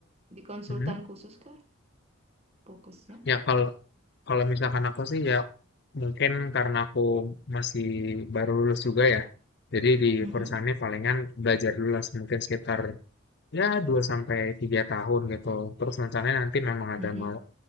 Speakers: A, on the right; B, on the left.
A: di konsultan
B: Mhm.
A: khusus kah fokusnya
B: ya kalau kalau misalkan aku sih ya mungkin karena aku masih baru lulus juga ya. Jadi di
A: Mm-mm,
B: perusahaan ini palingan belajar dulu lah mungkin sekitar ya 2 sampai 3 tahun gitu. Terus rencananya nanti memang
A: mm-mm.
B: ada mau